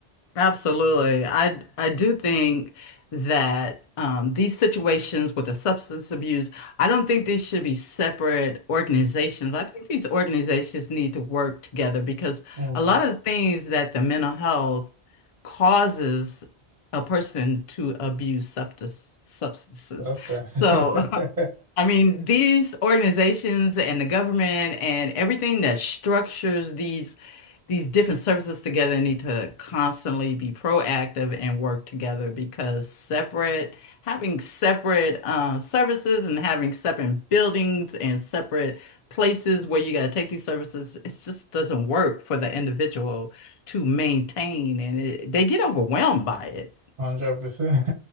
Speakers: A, on the left; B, on the right.
A: Absolutely. I I do think that um, these situations with the substance abuse, I don't think these should be separate organizations. I think these organizations need to work together because
B: Hmm,
A: a lot of the things that the mental health causes a person to abuse substance, substances.
B: Costa. <laughs>
A: So, <laughs> I mean, these organizations and the government and everything that structures these these different services together need to constantly be proactive and work together because separate having separate uh, services and having separate buildings and separate places where you got to take these services it just doesn't work for the individual to maintain and it, they get overwhelmed by it.
B: Hundred percent,